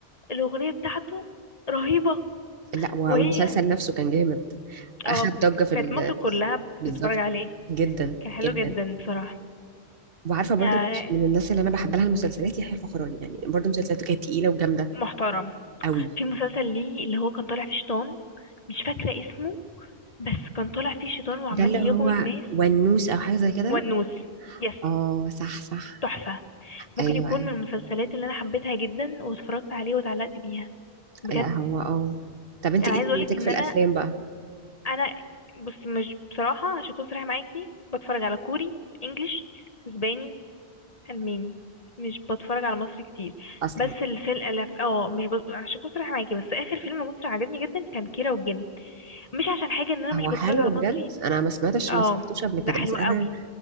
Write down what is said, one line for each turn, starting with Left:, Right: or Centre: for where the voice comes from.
Left: الأغنية بتاعته رهيبة
Right: لا و-
Left: وهي
Right: والمسلسل نفسه كان جامد
Left: اه
Right: أخد
Left: ك-
Right: ضجة في
Left: كانت
Right: ال...
Left: مصر كلها
Right: في الس- بالظبط
Left: بتتفرج عليه
Right: جدا
Left: كان حلو
Right: جدا
Left: جدا بصراحة
Right: وعارفة برضو
Left: آه،
Right: من الناس اللي أنا بحب لها المسلسلات يحيى الفخراني يعني برضو مسلسلاته كانت تقيلة وجامدة
Left: محترم
Right: قوي
Left: في مسلسل ليه اللي هو كان طالع فيه شيطان مش فاكرة اسمه بس كان طالع فيه شيطان وعمال
Right: ده اللي هو
Left: يغوي الناس
Right: ونوس أو حاجة زي كده
Left: والنوس يس
Right: اه صح صح
Left: تحفة ممكن
Right: ايوه
Left: يكون
Right: أيوه.
Left: من المسلسلات اللي انا حبيتها جدا واتفرجت عليه واتعلقت بيها بجد
Right: لا هو اه طب انت
Left: انا
Right: ايه
Left: عايزة
Right: دنيتك
Left: اقولك ان
Right: في الافلام
Left: انا
Right: بقى
Left: انا بص مش بصراحة عشان اكون صريحة معاكي بتفرج على كوري انجليش اسباني الماني مش بتفرج على مصري كتير
Right: اصلا
Left: بس الفيلم الاف اه مش ب... عشان اكون صريحة معاكي بس اخر فيلم مصري عجبني جدا كان كيرة والجن مش عشان حاجة ان انا
Right: هو
Left: مش
Right: حلو
Left: بتفرج على مصري
Right: بجد انا ما سمعتش
Left: اه
Right: ما سمعتوش قبل كده
Left: لا حلو
Right: بس انا
Left: قوي